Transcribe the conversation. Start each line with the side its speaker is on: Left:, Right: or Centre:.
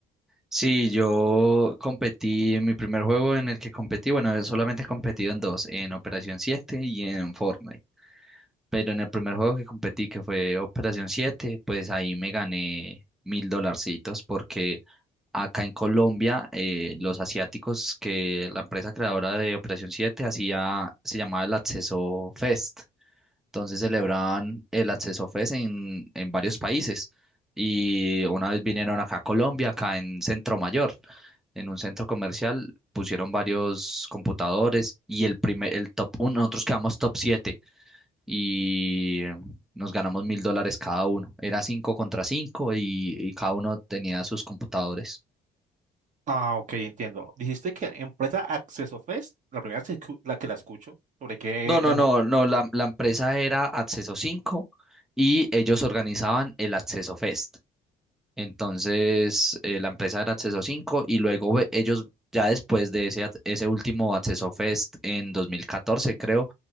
Centre: Sí, yo competí en mi primer juego en el que competí, bueno, solamente he competido en dos, en Operación Siete y en Fortnite. Pero en el primer juego que competí, que fue Operación Siete, pues ahí me gané mil dolarcitos porque acá en Colombia eh, los asiáticos que la empresa creadora de Operación Siete hacía, se llamaba el Acceso Fest. Entonces celebraban el Acceso Fest en, en varios países. Y una vez vinieron acá a Colombia, acá en Centro Mayor, en un centro comercial, pusieron varios computadores y el primer, el top uno, nosotros quedamos top 7 y nos ganamos mil dólares cada uno. Era cinco contra cinco y, y cada uno tenía sus computadores.
Right: Ah, ok, entiendo. Dijiste que empresa Acceso Fest, la primera vez que escu- la que la escucho, sobre qué
Centre: No, no,
Right: era
Centre: no, no, la, la empresa era Acceso 5 y ellos organizaban el Acceso Fest. Entonces, eh, la empresa era Acceso 5 y luego ve- ellos ya después de ese, ac- ese último Acceso Fest en 2014, creo,